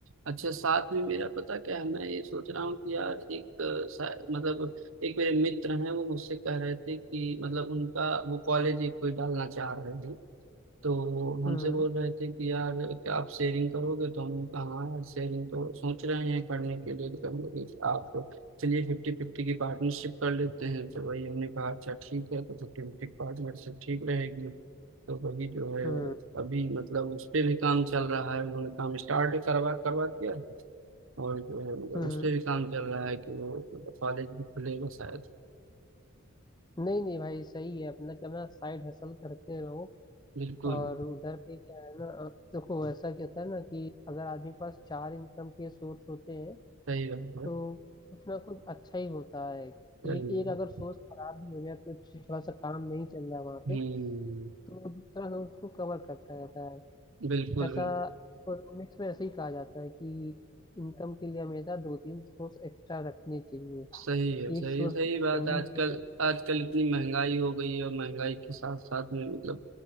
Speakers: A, on the right; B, on the left.
A: अच्छा साथ में मेरा पता क्या है मैं ये सोच रहा हूँ कि यार एक अ, सा- मतलब एक मेरे मित्र हैं वो मुझसे कह रहे थे कि मतलब उनका वो कॉलेज एक कोई डालना चाह रहे हैं तो हमसे
B: हम्म
A: बोल रहे थे कि यार क्या आप शेयरिंग करोगे तो हमने कहा हाँ यार शेयरिंग तो सोच रहे हैं करने के लिए तो हम लोग आप चलिए फिफ्टी फिफ्टी की पार्टनरशिप कर लेते हैं तो वही हमने कहा अच्छा ठीक है तो फिफ्टी फिफ्टी पार्टनरशिप ठीक रहेगी तो वही जो है
B: हम्म
A: अभी मतलब उस पे भी काम चल रहा है उन्होंने काम स्टार्ट करवा करवा दिया है। और जो है मतलब
B: हम्म हम्म,
A: उस पे भी काम चल रहा है कि वो मतलब कॉलेज भी खुलेगा शायद
B: नहीं नहीं भाई सही है अपना क्या ना साइड हसल करते रहो
A: बिल्कुल
B: और उधर पे क्या है ना अ, देखो ऐसा क्या होता है ना कि अगर आदमी के पास चार इनकम के सोर्स होते हैं
A: सही बात है
B: तो कुछ ना कुछ अच्छा ही होता है एक
A: सही है
B: एक अगर सोर्स खराब भी हो गया कुछ थोड़ा सा काम नहीं चल रहा वहाँ पे
A: हम्म
B: तो दूसरा सोर्स उसको कवर करता रहता है
A: बिल्कुल
B: ऐसा
A: बिल्कुल
B: इकोनॉमिक्स में ऐसे ही कहा जाता है कि इनकम के लिए हमेशा दो तीन सोर्स एक्स्ट्रा रखने चाहिए
A: सही है सही
B: एक सोर्स
A: है सही
B: पे डिपेंडेंट
A: बात है आजकल
B: नहीं
A: आजकल इतनी महंगाई हो गई है और महंगाई के साथ साथ में मतलब